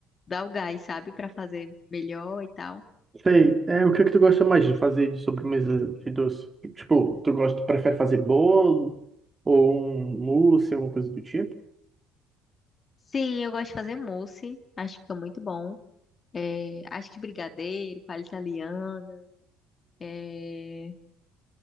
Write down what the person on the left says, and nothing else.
dar o gás, sabe? Pra fazer melhor e tal.
Sim, eu gosto de fazer mousse. Acho que fica muito bom. É, acho que brigadeiro, palha italiana, é,